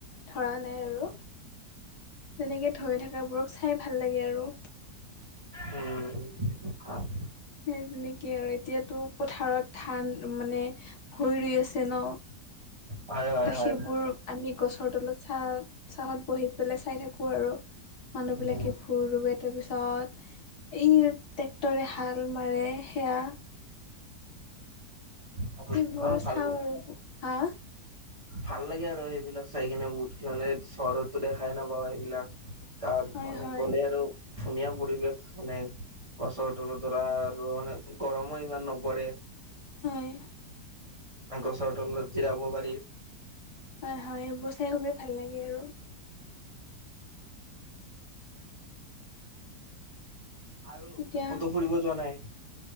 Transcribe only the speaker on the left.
ধৰা নাই আৰু। হেনেকে ধৰি থাকা বোৰক চাই চাই ভাল লাগে আৰু।
সেই তেনেকে আৰু। এতিয়াতো পথাৰত ধান মানে ভূঁই ৰুই আছে ন?
তো
সেইবোৰ আমি গছৰ তলত চাহ চাহত বহি পেলাই চাই থাকোঁ আৰু। মানুহ
বিলাকে ভুই ৰুয়ে তাৰ পিছত এই ট্ৰেক্টৰে হাল মাৰে সেয়া।
সেইবোৰ
চাওঁ আৰু। হা?
হয়
হয়
হয়।
হয়, হয়, এইবোৰ চাই খুবেই ভাল লাগে আৰু।
এতিয়া